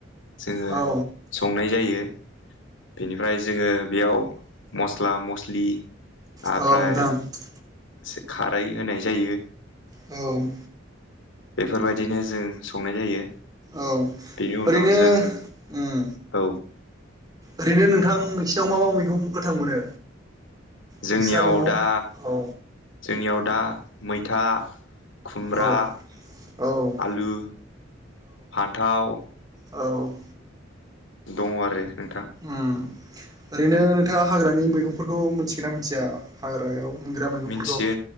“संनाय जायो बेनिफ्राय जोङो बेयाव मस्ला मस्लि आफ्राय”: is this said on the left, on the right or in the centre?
Left